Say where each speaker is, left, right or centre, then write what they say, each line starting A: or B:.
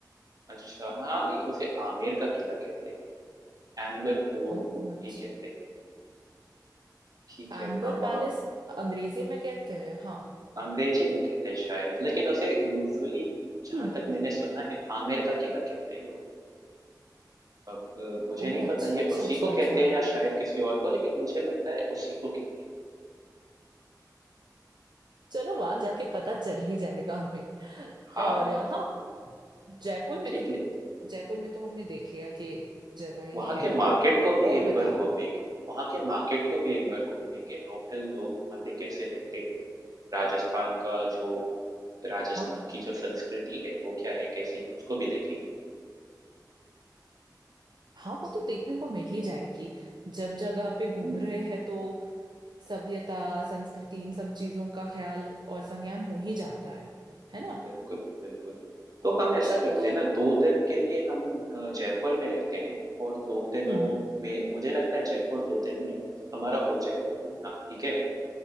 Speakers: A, on the right (about 55°); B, on the right (about 75°).
A: अच्छा हाँ नहीं उसे आमेर का किला कहते हैं एम्बर फोर्ट
B: ओह अच्छा
A: भी कहते हैं ठीक
B: अंबर
A: है हाँ वहाँ
B: पैलेस अंग्रेजी में कहते हैं हाँ
A: अंग्रेजी में कहते हैं शायद लेकिन उसे यूजुअली जहां
B: हम्म
A: तक मैंने सुना है आमेर का किला कहते हैं लोग अब अ, मुझे
B: ओह
A: नहीं
B: अच्छा
A: पता ये
B: अच्छा
A: उसी
B: अच्छा
A: को
B: अच्छा
A: कहते हैं या शायद किसी और को लेकिन मुझे लगता है उसी को कहते हैं
B: चलो वहां जाके पता चल ही जाएगा हमें
A: हाँ
B: और अ, हाँ जयपुर में
A: ठीक
B: तो
A: है
B: जयपुर में तो हमने देख लिया कि जगहें
A: वहाँ
B: हैं
A: के मार्केट को भी
B: और
A: एक
B: बताओ
A: बार घूमेंगे वहाँ के मार्केट को भी एक बार घूमेंगे लोकल लोग वहाँ पे कैसे रहते हैं राजस्थान का जो राजस्थान
B: हाँ
A: की जो संस्कृति है वो क्या है कैसी है उसको भी देखेंगे
B: हाँ वो तो देखने को मिल ही जाएगी जब जगह पे घूम
A: हम्म
B: रहे हैं तो सभ्यता संस्कृति इन सब चीजों का ख्याल और संज्ञान हो ही जाता है है ना
A: बिल्कुल, बिल्कुल। तो हम ऐसा
B: चलो
A: करते
B: तो
A: हैं ना 2 दिन के लिए हम अ, जयपुर में रहते हैं और 2 दिनों
B: हम्म
A: में मुझे लगता है जयपुर 2 दिन में हमारा हो जाएगा घूमना, ठीक है?